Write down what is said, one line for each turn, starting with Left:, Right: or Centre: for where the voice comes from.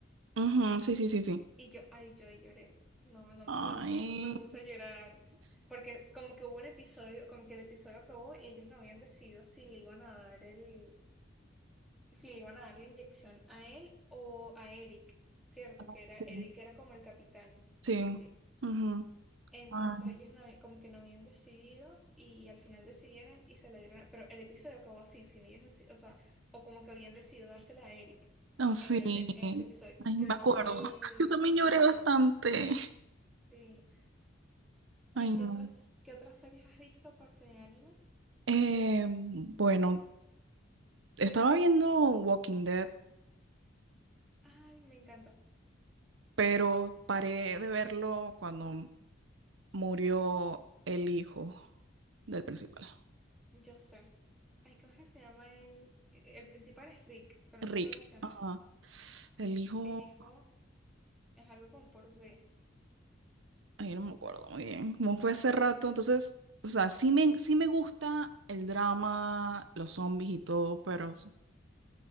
Right: Ujú, sí, sí, sí, sí.
Centre: Y yo, ay, yo y lloré. No, no
Right: Ay,
Centre: me aguanté. Me puse a llorar. Porque como que hubo un episodio, como que el episodio acabó y ellos no habían decidido si le iban a dar el, si le iban a dar la inyección a él o a Eric, ¿cierto?
Right: ah,
Centre: Que era,
Right: sí,
Centre: Eric era como el capitán,
Right: sí.
Centre: algo así.
Right: ujú.
Centre: Entonces
Right: Ay.
Centre: ellos no, habían- como que no habían decidido y al final decidieron y se la dieron a- pero el episodio acabó así, sin ellos deci- o sea, o como que habían decidido dársela a Eric
Right: Ah, sí.
Centre: en el, en en ese episodio.
Right: Ay,
Centre: Yo
Right: me
Centre: lloré,
Right: acuerdo. <laughs> Yo también
Centre: lloré
Right: lloré bastante.
Centre: bastante. Sí,
Right: Ay,
Centre: ¿Y qué
Right: no.
Centre: otras, qué otras series has visto aparte de anime?
Right: Eh, bueno, estaba viendo Walking Dead,
Centre: Ay, me encanta.
Right: pero paré de verlo cuando murió el hijo del principal,
Centre: Yo sé. Ay, ¿cómo es que se llama el... El principal es Rick, pero no
Right: Rick.
Centre: me acuerdo cómo se llama.
Right: Ajá. El hijo,
Centre: El hijo es algo con por B.
Right: ay, no me acuerdo muy bien, como fue hace rato, entonces, o sea, sí me, sí me gusta el drama, los zombies y todo, pero
Centre: S-